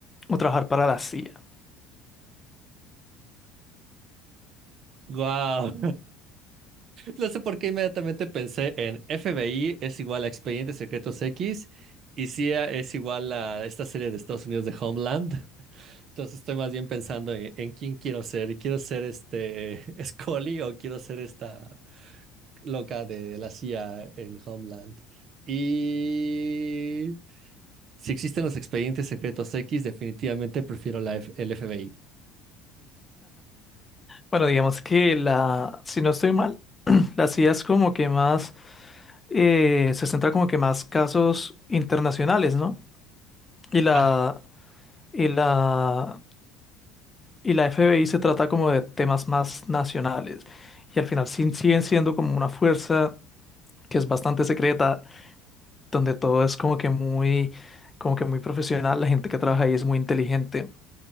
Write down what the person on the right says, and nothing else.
¡Guau! No sé por qué inmediatamente pensé en FBI es igual a Expedientes Secretos X y CIA es igual a esta serie de Estados Unidos de Homeland. Entonces estoy más bien pensando en, en quién quiero ser. y ¿Quiero ser este <laughs> Scully o quiero ser esta loca de la CIA en Homeland? Y si existen los Expedientes Secretos X, definitivamente prefiero la F- el FBI.
Ah,